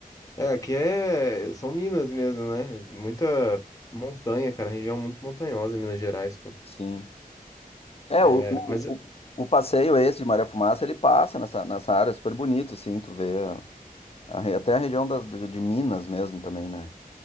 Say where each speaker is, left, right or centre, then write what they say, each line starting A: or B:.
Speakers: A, on the left; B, on the left.
A: É, aqui é são Minas mesmo, né? Muita montanha, cara, região muito montanhosa, Minas Gerais, pô.
B: sim. É,
A: É,
B: o, o,
A: mas
B: o o passeio esse de Maria Fumaça, ele passa nessa, nessa área super bonito, assim, tu vê a- a re- até a região das, de, de Minas mesmo também, né?